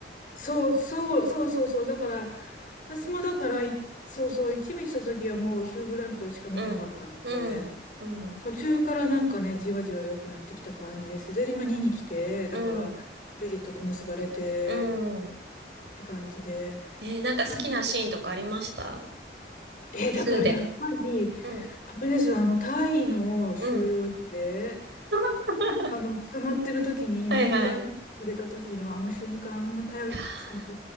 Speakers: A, on the left; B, on the right.
A: そうそう、そうそうそう。だから、私もだから、いそうそう、一味した時はもうヒュー・グラントしか見てなかったんで、
B: うん。うん。うん。
A: 途中からなんかね、じわじわ良くなってきた感じです。で、今2に来て、だから、
B: うん。
A: ブリジットと結ばれて
B: うん。
A: って感じで。
B: えー、なんか好きなシーンとかありました
A: なんかえーだからやっぱり、
B: スーで。うん。
A: あれですよ、あの、タイの収容所で、
B: うん。<laughs>
A: あの、捕まってる時に面会に来れた時のあの瞬間の頼り、
B: はいはい。いやー
A: その、